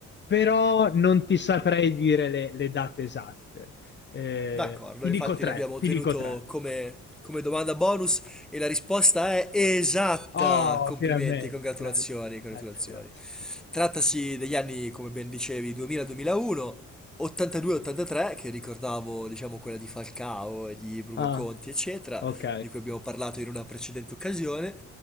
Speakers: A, on the left (about 35°); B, in the centre.
A: però non ti saprei dire le, le date esatte. Eh,
B: D'accordo,
A: ti
B: infatti
A: dico tre,
B: l'abbiamo
A: ti
B: tenuto
A: dico tre.
B: come, come domanda bonus e la risposta è esatta.
A: Oh,
B: Complimenti,
A: finalmente,
B: congratulazioni,
A: grazie,
B: congratulazioni.
A: grazie, grazie.
B: Trattasi degli anni, come ben dicevi, 2000-2001, 82-83, che ricordavo, diciamo, quella di Falcao e di Bruno
A: Ah,
B: Conti, eccetera,
A: ok.
B: di cui abbiamo parlato in una precedente occasione.